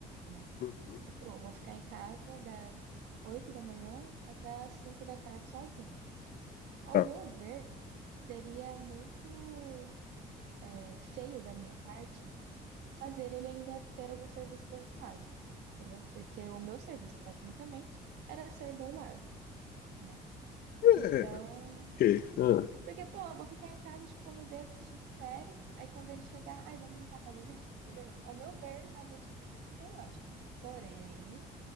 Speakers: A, on the right; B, on the left.
A: né?
B: Uhum,
A: E pô, eu vou ficar em casa das 8 da manhã até as 5 da tarde sozinha. Ao
B: tá.
A: meu ver, seria muito é, feio da minha parte fazer ele ainda ter algum serviço dentro de casa, entendeu? Porque o meu serviço, tecnicamente, era ser do lar, né? Então,
B: É, ok. Ah,
A: porque, pô, eu vou ficar em casa tipo no dedo, assistindo série, aí quando ele chegar, ai, vamos limpar a casa junto, entendeu? Ao meu ver, realmente não tem lógica. Porém,